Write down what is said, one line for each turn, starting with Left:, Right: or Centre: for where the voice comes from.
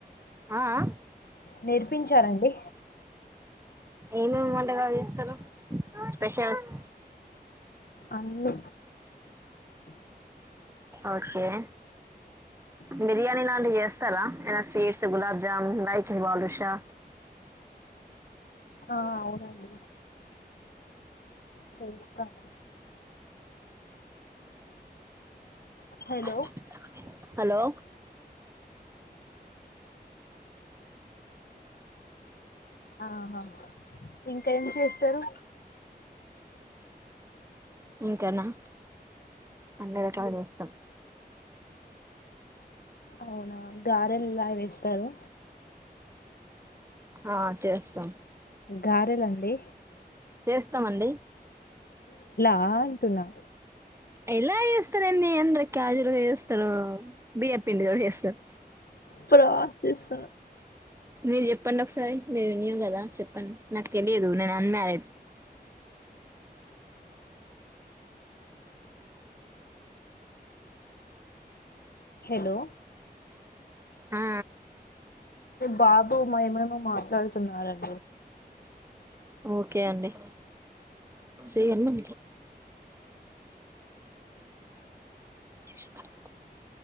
Right: ఆ ఆ
Left: నేర్పించారండి
Right: ఏమేం వంటకాలు చేస్తరు స్పెషల్స్
Left: అందు
Right: ఓకే బిర్యానీ లాంటివి చేస్తారా ఏనా స్వీట్స్ గులాబ్ జామ్ కాయి బాదుషా
Left: ఆ అవునండి చేస్తాను హలో
Right: అ హలో
Left: ఆహా ఇంకా ఏం చేస్తారు
Right: ఇంకానా అన్ని రకాలు చేస్తాం
Left: అవునా గారెల్లా వేస్తారు
Right: ఆ చేస్తాం
Left: గారేలండి
Right: చేస్తామండి
Left: ఆ అంటున్నా
Right: ఎలా చేస్తారేంది ఎంది క్యాజువల్ గా చేస్తారు బియ్యప్పిండితో చేస్తారు
Left: ప్రాసెస్
Right: మీరు చెప్పండి ఒకసారి మీరు వినివు కదా చెప్పండి నాకు తెలియదు నేను అన్ మ్యారీడ్
Left: హలో
Right: ఆ
Left: బాబు మ ఏమేమో మాట్లాడుతున్నారండి
Right: ఓకే అండి చేయండి టెన్షన్ పడకు